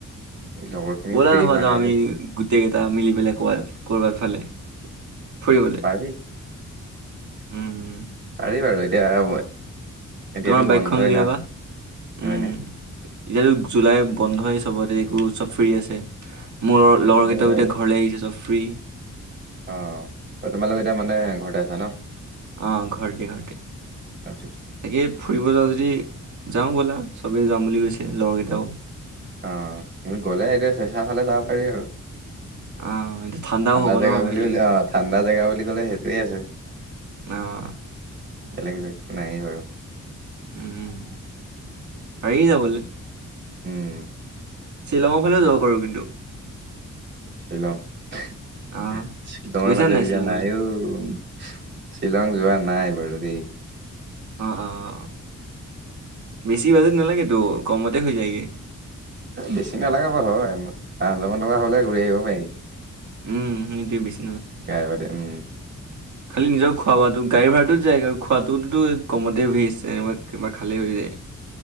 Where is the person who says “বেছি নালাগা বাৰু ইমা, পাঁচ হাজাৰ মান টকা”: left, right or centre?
Right